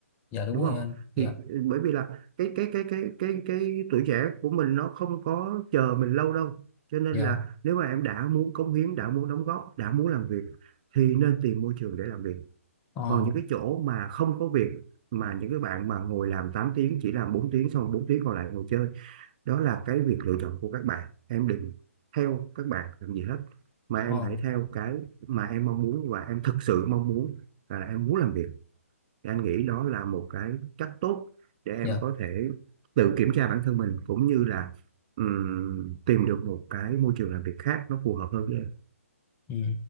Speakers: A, on the left; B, on the right.
A: dạ đúng
B: đúng
A: rồi
B: không
A: anh dạ
B: thì ừ, bởi vì là cái cái cái cái cái cái tuổi trẻ của mình nó không có chờ mình lâu đâu cho nên
A: dạ
B: là nếu mà em đã muốn cống hiến đã muốn đóng góp đã muốn làm việc thì nên tìm môi trường để làm việc
A: ờ
B: còn những cái chỗ mà không có việc mà những cái bạn mà ngồi làm 8 tiếng chỉ làm 4 tiếng xong 4 tiếng còn lại ngồi chơi đó là cái việc lựa chọn của các bạn em đừng theo các bạn làm gì hết mà em
A: ờ
B: hãy theo cái mà em mong muốn và em thực sự mong muốn là em muốn làm việc thì anh nghĩ đó là một cái cách tốt để em
A: dạ
B: có thể tự kiểm tra bản thân mình cũng như là ừm, tìm được một cái môi trường làm việc khác nó phù hợp hơn với em.
A: ừ.